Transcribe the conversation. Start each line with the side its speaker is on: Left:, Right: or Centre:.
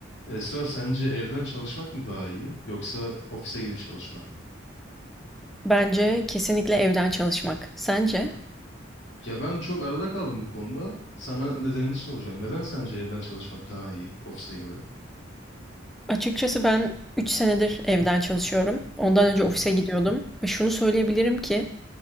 Left: Esra sence evden çalışmak mı daha iyi yoksa ofise gidip çalışmak mı?
Centre: Bence kesinlikle evden çalışmak. Sence?
Left: Ya ben çok arada kaldım bu konuda. Sana nedenini soracağım. Neden sence evden çalışmak daha iyi ofise göre?
Centre: Açıkçası ben 3 senedir evden çalışıyorum. Ondan önce
Left: Hı hı.
Centre: ofise gidiyordum. Ve şunu söyleyebilirim ki